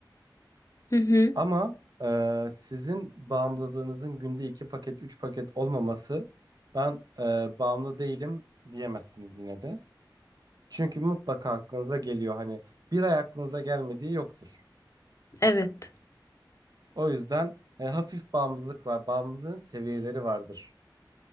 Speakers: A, on the left (about 40°); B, on the right (about 55°).
A: Hı hı,
B: Ama e, sizin bağımlılığınızın günde iki paket, üç paket olmaması ben e, bağımlı değilim diyemezsiniz yine de. Çünkü mutlaka aklınıza geliyor hani bir ay aklınıza gelmediği yoktur.
A: evet.
B: O yüzden e, hafif bağımlılık var. Bağımlılığın seviyeleri vardır.